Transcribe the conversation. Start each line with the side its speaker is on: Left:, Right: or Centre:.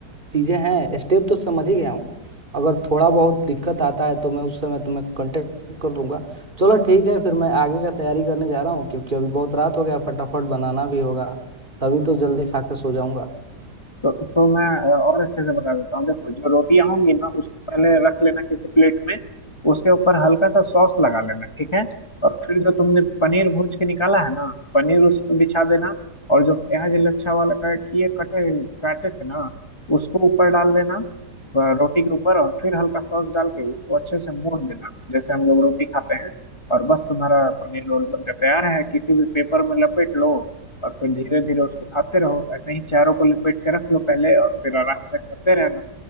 Right: चीजें हैं स्टेप तो समझ ही गया हूँ अगर थोड़ा बहुत दिक्कत आता है तो मैं उस समय तुम्हें कांटेक्ट कर लूंगा चलो ठीक है फिर मैं आगे का तैयारी करने जा रहा हूँ क्योंकि अभी बहुत रात हो गया फटाफट बनाना भी होगा तभी तो जल्दी खा के सो जाऊंगा
Left: तो तो मैं अ, और अच्छे से बता देता हूँ देखो जो रोटियां होंगी ना उसको पहले रख लेना किसी प्लेट में उसके ऊपर हल्का सा सॉस लगा लेना ठीक है और फिर जो तुमने पनीर भूज के निकाला है ना पनीर उस पर बिछा देना और जो प्याज लच्छा वाला का किए कटे काटे थे ना उसको ऊपर डाल देना अ, रोटी के ऊपर और फिर हल्का सॉस डाल के उसको अच्छे से मोड़ देना जैसे हम लोग रोटी खाते हैं और बस तुम्हारा पनीर रोल बनकर तैयार है किसी भी पेपर में लपेट लो और फिर धीरे धीरे उसको खाते रहो ऐसे ही चारों को लपेट के रख लो पहले और फिर आराम से खाते रहना